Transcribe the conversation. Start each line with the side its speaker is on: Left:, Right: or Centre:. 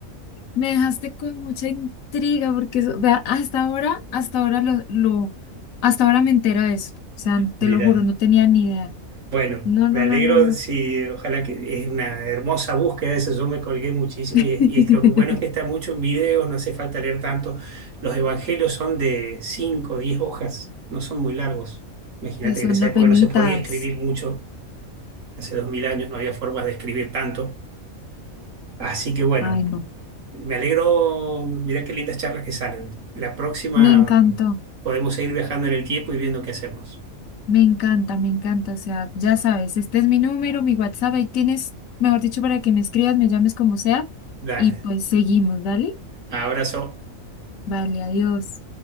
Left: Me dejaste con mucha intriga porque eso- vea, hasta ahora, hasta ahora lo, lo, hasta ahora me entero de eso. O sea,
Right: Mira,
Left: te lo juro, no tenía ni idea.
Right: bueno,
Left: No,
Right: me
Left: no,
Right: alegro
Left: no, no, no.
Right: si, ojalá que es una hermosa búsqueda, eso yo me colgué muchísimo
Left: <laughs>
Right: y, es- y es lo bueno es que está mucho en videos, no hace falta leer tanto. Los evangelios son de 5, 10 hojas, no son muy largos. Imagínate
Left: Pues
Right: que
Left: son
Right: en esa
Left: no
Right: época
Left: penitas.
Right: no se podía escribir mucho. Hace dos mil años no había formas de escribir tanto. Así que bueno,
Left: Ay, no.
Right: me alegro, mirá qué lindas charlas que salen. La próxima
Left: Me encantó,
Right: podemos seguir viajando en el tiempo y viendo qué hacemos.
Left: me encanta, me encanta. O sea, ya sabes, este es mi número, mi WhatsApp, ahí tienes, mejor dicho, para que me escribas, me llames como sea.
Right: Dale,
Left: Y pues seguimos, dale.
Right: abrazo.
Left: Vale, adiós.